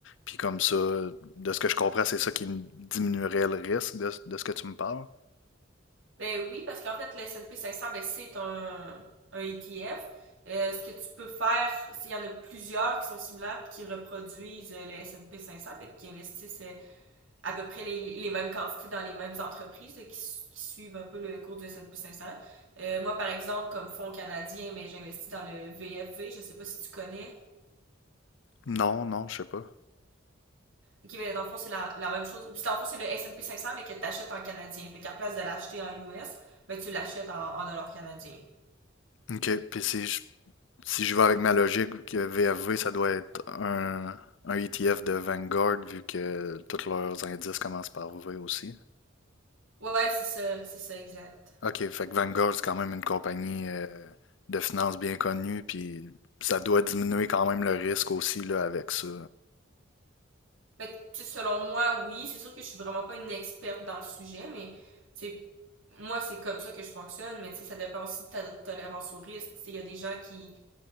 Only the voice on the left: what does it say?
Puis comme ça, de ce que je comprends, c'est ça qui diminuerait le risque de, de ce que tu me parles?
Non, non, je sais pas.
OK. Puis si je, si je vais avec ma logique, que VFV, ça doit être un, un ETF de Vanguard, vu que tous leurs indices commencent par V aussi.
OK, fait que Vanguard, c'est quand même une compagnie euh, de finances bien connue, puis ça doit diminuer quand même le risque aussi là, avec ça.